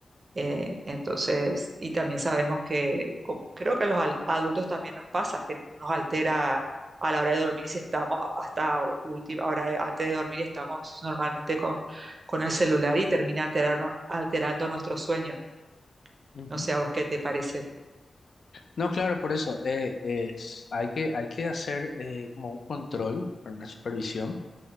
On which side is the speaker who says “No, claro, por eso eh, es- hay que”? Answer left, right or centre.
Left